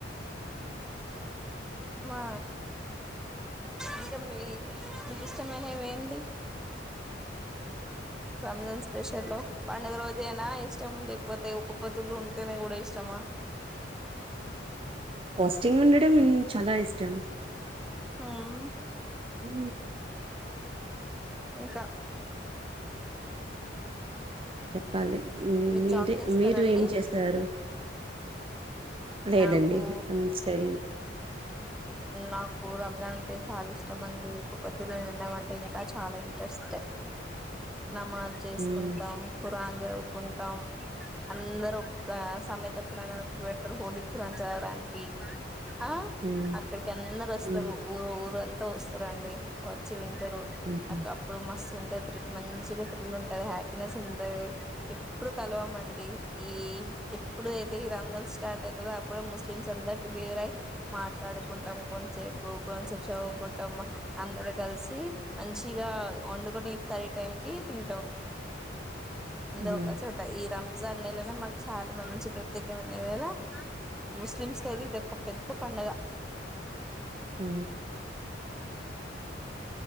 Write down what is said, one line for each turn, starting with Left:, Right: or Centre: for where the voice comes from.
Centre: ఆ ఇంకా మీ మీకు ఇష్టమైనవి ఏంది. రంజాన్ స్పెషల్ లో పండుగ రోజనా ఇష్టం లేకపోతే ఉక్క పొద్దులు ఉంటేనే కూడా ఇష్టమా,
Right: వస్త స్టింగ్ ఉండడం చాలా ఇష్టం,
Centre: అవు
Right: హు
Centre: ఇంకా
Right: చెప్పు చెప్పాలే
Centre: మీరు
Right: మీదే
Centre: జాబ్ చేస్తారండి
Right: మీరు ఏం చేస్తారు. లేదండి
Centre: నాకు
Right: ఐయాం స్టడీంగ్,
Centre: నాకు రంజాన్ అంటే చాలా ఇష్టంమండి ఒక పొద్దులో ఉండడం అంటే ఇంకా చాలా ఇంట్రెస్ట్, నమాజ్ చేసుకుంటాం
Right: హ్మ్
Centre: కురాన్, <inaudible> కుంటాం అందరు ఒక సమమెత పురాన్ ఒకటి పెడతారు హోలీ పురాన్ చదడానికి, ఆ
Right: హ్మ్
Centre: అక్కడికి అందరూ వస్తారు
Right: హ్మ్
Centre: ఊరు ఊరుంత వస్తారండి వచ్చి వి రు
Right: హ్మ్
Centre: ఆ కప్పుడు మస్త ఉంటాయి త్రి మంచిగా త్రిల్ ఉంటది హ్యాపీనెస్ ఉంటది, ఎప్పుడు కలవమండి ఈ ఎప్పుడు అయితే ఈ రంజాన్ స్టార్ట్ అవుతుందో. అప్పుడు ముస్లిమ్స్ అందరు టుగెదర్ అయి మాట్లాడుకుంటాం. కొంసేపు కొసేపు చదువుకుంటాం అందరు. కలిసి మంచిగా వండుకొని ఇస్తార్ టైం కి తింటాం, అందరూ
Right: హ్మ్
Centre: ఒక చోట ఈ రమ్ రంజాన్ నెల నే మాకు చాలా మంచి ప్రత్యేకమైన నెల ముస్లిమ్స్ కు అది ఇది ఒక పెద్ద పండుగ,
Right: ఊ